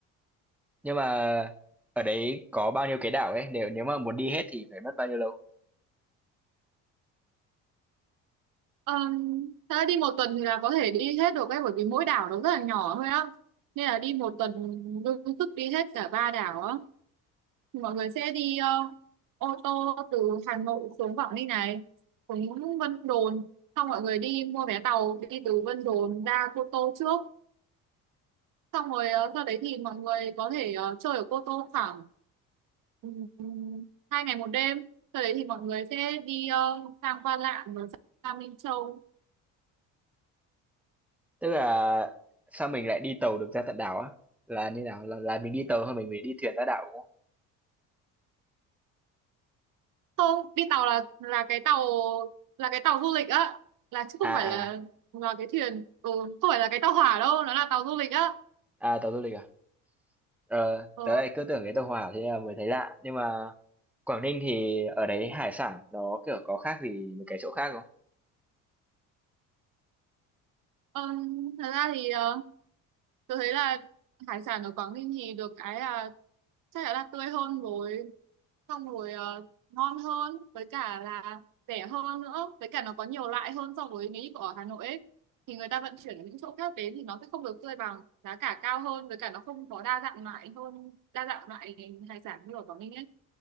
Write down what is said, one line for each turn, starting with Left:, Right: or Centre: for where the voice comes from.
Centre: Nhưng mà ở đấy có bao nhiêu cái đảo ấy? Nếu nếu mà muốn đi hết thì phải mất bao nhiêu lâu?
Right: um, thật ra đi một tuần thì là có thể đi hết được ấy bởi vì mỗi đảo nó rất là nhỏ thôi á nên là đi một tuần đương sức đi hết cả ba đảo á mọi người sẽ đi ờ, ô tô từ Hà Nội xuống Quảng Ninh này xuống Vân Đồn xong mọi người đi mua vé tàu đi từ Vân Đồn ra Cô Tô trước xong rồi ờ, sau đấy thì mọi người có thể ờ, chơi ở Cô Tô khoảng ừm, hai ngày một đêm sau đấy thì mọi người sẽ đi ờ, sang Quan Lạn rồi sang Minh Châu
Centre: Tức là sao mình lại đi tàu được ra tận đảo á? Là như nào? Là, là mình đi tàu hay mình phải đi thuyền ra đảo đúng không?
Right: không đi tàu là là cái tàu là cái tàu du lịch á là chứ không
Centre: À
Right: phải là
Centre: à,
Right: là cái thuyền ừ, không phải là cái tàu hỏa đâu nó là tàu du lịch á
Centre: à tàu du lịch à? Ờ,
Right: ừ.
Centre: tớ lại cứ tưởng cái tàu hỏa thế là mới thấy lạ. Nhưng mà Quảng Ninh thì ở đấy hải sản nó, kiểu, có khác gì mấy cái chỗ khác không?
Right: Ờ, thật ra thì ờ, tôi thấy là hải sản ở Quảng Ninh thì được cái là chắc chắn là tươi hơn rồi xong rồi ờ, ngon hơn với cả là rẻ hơn nữa với cả nó có nhiều loại hơn so với nếu như ở Hà Nội ấy thì người ta vận chuyển ở những chỗ khác đến thì nó sẽ không được tươi bằng giá cả cao hơn với cả nó không có đa dạng loại hơn đa dạng loại hải sản như ở Quảng Ninh ấy